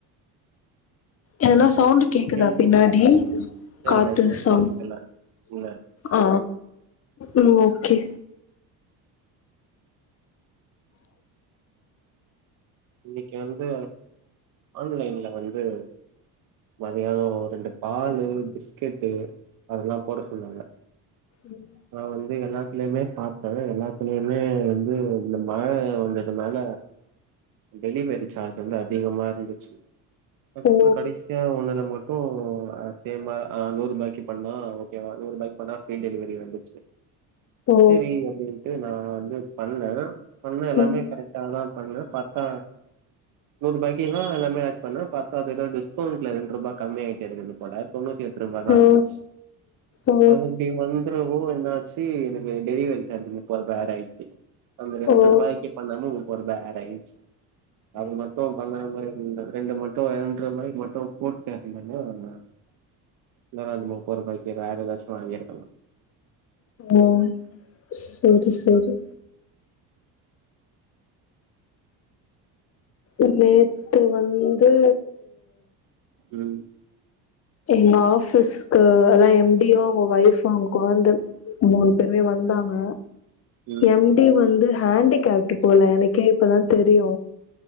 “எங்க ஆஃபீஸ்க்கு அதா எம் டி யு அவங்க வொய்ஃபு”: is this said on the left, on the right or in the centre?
Left